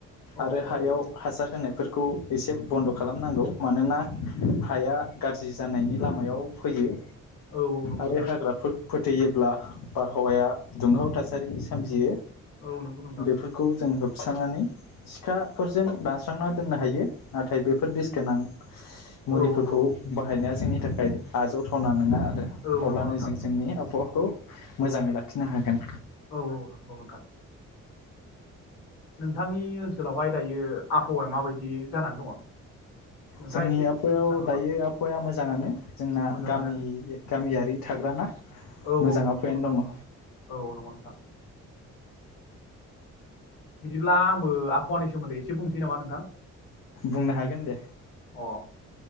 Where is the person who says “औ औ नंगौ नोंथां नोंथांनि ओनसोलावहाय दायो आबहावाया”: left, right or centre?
Left